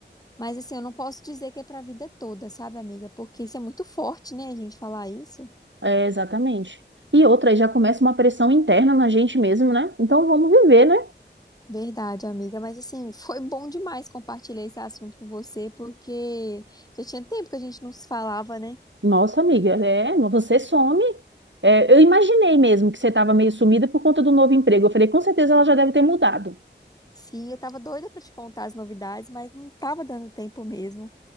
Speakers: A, on the left; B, on the right.
A: Mas assim, eu não posso dizer que é pra vida toda, sabe, amiga? Porque isso é muito forte, né, a gente falar isso.
B: É, exatamente. E outra, aí já começa uma pressão interna na gente mesmo, né? Então vamos viver, né?
A: Verdade, amiga, mas assim, foi bom demais compartilhar esse assunto com você, porque já tinha tempo que a gente não se falava, né?
B: Nossa, amiga, é, você some. É, eu imaginei mesmo que você estava meio sumida por conta do novo emprego. Eu falei, com certeza ela já deve ter mudado.
A: Sim, eu tava doida pra te contar as novidades, mas não tava dando tempo mesmo.